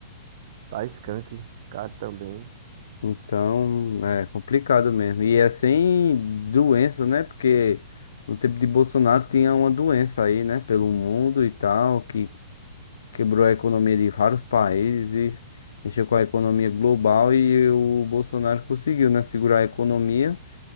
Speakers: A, on the right; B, on the left.
A: Tá skunk, caro também.
B: Então, é complicado mesmo. E é sem doença, né? Porque no tempo de Bolsonaro tinha uma doença aí, né? Pelo mundo e tal, que quebrou a economia de vários países, mexeu com a economia global e o Bolsonaro conseguiu, né? Segurar a economia,